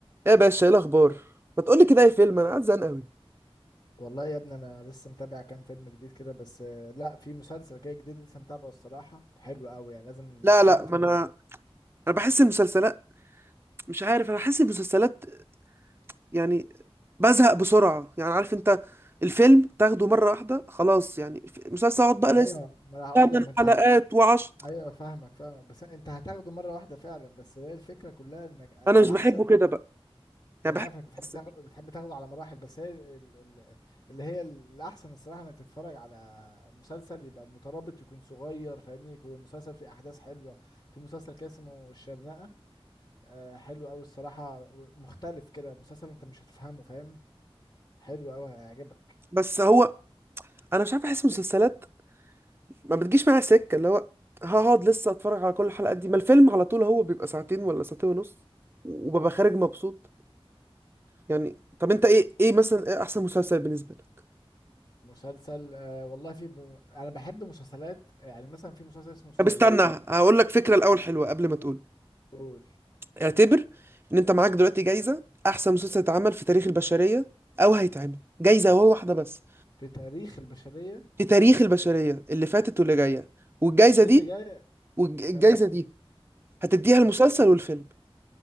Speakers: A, on the right (about 25°); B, on the left (about 45°).
A: ايه يا باشا ايه الاخبار ما تقولي كده اي فيلم انا قاعد زهقان قوي
B: والله يا ابني انا لسه متابع كام فيلم جديد كده بس آه، لا في مسلسل كده جديد لسه متابعه الصراحه حلو قوي يعني لازم
A: لا
B: لازم
A: لا
B: تجربه
A: ما انا انا بحس المسلسلات مش عارف انا بحس المسلسلات يعني بزهق بسرعه يعني عارف انت الفيلم تاخده مره واحده خلاص يعني الف- مسلسل اقعد بقى لسه
B: ايوه ما انا هقول
A: ثمان
B: لك ما انت
A: حلقات
B: هت...
A: وعشر
B: ايوه فاهمك فاهمك بس انت هتاخده مره واحده فعلا بس هي الفكره كلها انك الاحسن
A: انا مش بحبه كده بقى يعني
B: انا
A: بحب
B: عارف انك بتحب
A: القصة
B: تاخد...
A: دي.
B: بتحب تاخده على مراحل بس هي ال... ال... اللي هي الاحسن الصراحه انك تتفرج على مسلسل يبقى مترابط يكون صغير فاهمني يكون المسلسل فيه احداث حلوه في مسلسل كده اسمه الشرنقه آه حلو قوي الصراحة مختلف كده مسلسل انت مش هتفهمه فاهم حلو قوي هيعجبك
A: بس هو انا مش عارف احس المسلسلات ما بتجيش معايا سكه اللي هو هقعد لسه اتفرج على كل الحلقات دي ما الفيلم على طول هو بيبقى ساعتين ولا ساعتين ونص وببقى خارج مبسوط يعني طب انت ايه ايه مثلا ايه احسن مسلسل بالنسبه لك
B: مسلسل آه والله في ب... انا بحب مسلسلات يعني مثلا في مسلسل اسمه الصياد
A: طب استنى هقول لك فكره الاول حلوه قبل ما تقول
B: قول
A: اعتبر ان انت معاك دلوقتي جايزه احسن مسلسل اتعمل في تاريخ البشريه او هيتعمل جايزه هو واحده بس
B: في تاريخ البشرية
A: في تاريخ البشريه اللي فاتت واللي جايه والجايزه
B: ايه
A: دي
B: اللي جاي
A: والجايزه
B: كمان
A: دي هتديها المسلسل
B: مم.
A: والفيلم